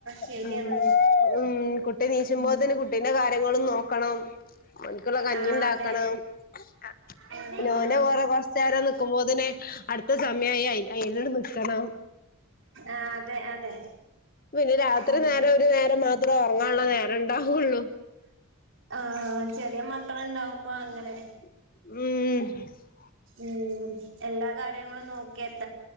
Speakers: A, on the right (about 55°); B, on the left (about 40°).
A: ശരിയാണ്
B: ഉം ഉം കുട്ടി നീച്ചുമ്പോത്തിന്
A: ഉം
B: <unintelligible> നോക്കണം അവനിക്കുള്ള കഞ്ഞി
A: ആഹ്
B: ഇണ്ടാക്കണം
A: അതെ
B: <unintelligible>
A: ആഹ് ആഹ്
B: കൊറച്ച് നേരം നിക്കുമ്പോ തന്നെ അടുത്ത സമയായി അയിന അയിനോട് നിക്കണം
A: ആഹ് അതെ അതെ
B: പിന്നെ രാ ഇത്തിരി
A: ഉം
B: നേരം
A: ഉം
B: ഒരു നേരം മാത്രമേ ഒറങ്ങാനുള്ള നേരം ഒണ്ടാവുള്ളൂ
A: ആ ചെറിയ മക്കള് ഇണ്ടാവുമ്പോ അങ്ങനെ
B: ഉം
A: ഉം എല്ലാ കാര്യങ്ങളും നോക്കിയ